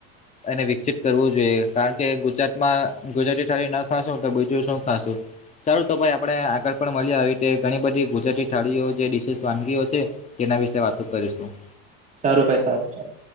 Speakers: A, on the left (about 20°); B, on the right (about 25°).
A: એને વિકસિત કરવું જોઈએ કારણ કે ગુજરાતમાં ગુજરાતી થાળી ના ખાશું તો બીજું શું ખાંશું. સર તો ભાઈ આપણે આગળ પણ મળ્યા આવી રતે ઘણી બધી ગુજરાતી થાળીઓ જે ડડીશસ વાનગીઓ છે. તેના વિશે વાતો કરીશું.
B: સારું ભાઈ સારું ચાલ.